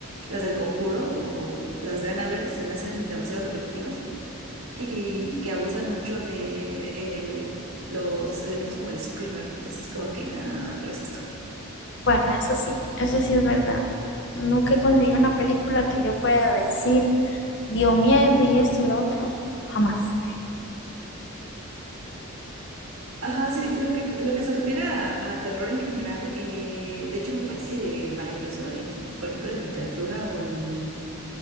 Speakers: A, on the right (about 85°); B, on the left (about 55°).
A: las del Conjuro o las de Annabelle, se me hacen demasiado repetitivas y que abusan mucho de el- los elementos como el screamer. Entonces, como que, ah, otra vez esto.
B: Bueno, eso sí, eso sí es verdad. Nunca he conseguido una película que yo pueda decir, dio miedo y esto y lo otro, jamás.
A: Ajá, sí, lo que, lo que se refiere a, a terror en general, eh, de hecho me parece maravilloso, en, por ejemplo, en literatura o en